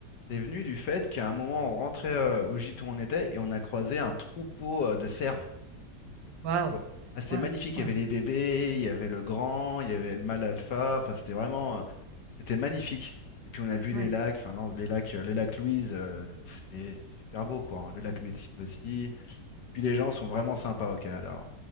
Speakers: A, on the left; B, on the right.
A: c'est venu du fait qu'à un moment, on rentrait euh, au gîte où on était, et on a croisé un troupeau euh, de cerfs.
B: Waouh,
A: tu vois. Ah, c'était
B: waouh,
A: magnifique,
B: ouais,
A: il y avait les bébés, il y avait le grand, il y avait le mâle alpha, enfin c'était vraiment, euh, c'était magnifique. Et puis on a vu
B: ouais.
A: les lacs, enfin non, les lacs, euh, les lacs Louise, euh, pff, c'est c'est super beau quoi, hein. Le lac Médecine aussi. Et puis les gens sont vraiment sympas au Canada. hein.